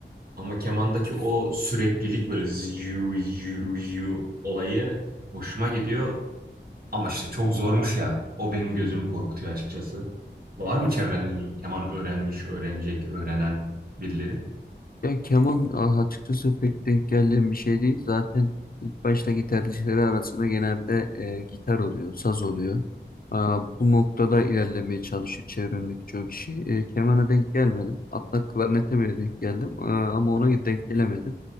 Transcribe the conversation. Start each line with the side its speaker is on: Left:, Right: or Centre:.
Right: Ama kemandaki o süreklilik böyle yu yu yu olayı hoşuma gidiyor. Ama işte çok zormuş ya. O benim gözümü korkutuyor açıkçası. Var mı çevrende böyle keman öğrenmiş, öğrenecek, öğrenen birileri?
Left: Ya keman a- açıkçası pek denk geldiğim bir şey değil. Zaten ilk baştaki tercihleri arasında genelde e, gitar oluyor, saz oluyor. Aa, bu noktada ilerlemeye çalışıyor çevremdeki çoğu kişi. E, kemana denk gelmedim. Hatta klarnete bile denk geldim. Aa, ama ona denk gelemedim.